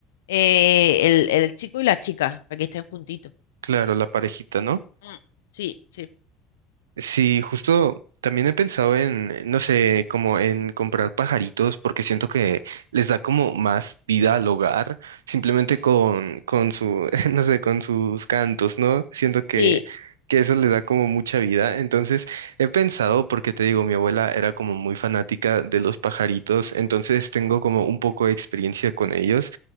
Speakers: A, on the left; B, on the right.
A: eh, el, el chico y la chica, para que estén juntitos.
B: claro, la parejita, ¿no?
A: Mm, Sí, sí,
B: Sí, justo también he pensado en, eh, no sé, como en comprar pajaritos porque siento que les da como más vida al hogar, simplemente con, con su, <laughs> no sé, con sus cantos, ¿no? Siento que,
A: sí.
B: que eso le da como mucha vida. Entonces, he pensado, porque te digo, mi abuela era como muy fanática de los pajaritos, entonces tengo como un poco de experiencia con ellos